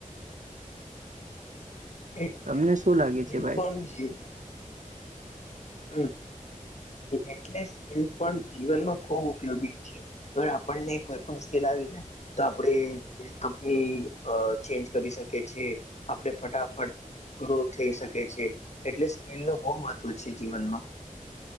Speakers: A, on the left (about 55°); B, on the right (about 65°).
A: એટલે
B: તમને શું લાગે
A: <unintelligible>
B: છે ભાઈ
A: હમ્મ એટલે પણ જીવનમાં ખૂબ ઉપયોગી છે હવે આપણને કોઈ પણ મુશ્કેલ આવી જાય તો આપણેે કંપની ચેન્જ કરી શકીએ છીએ આપણે ફટાફટ ગ્રો થઈ શકે છે એટલે સ્કીલ ન બહુ મહત્વ છે જીવનમાં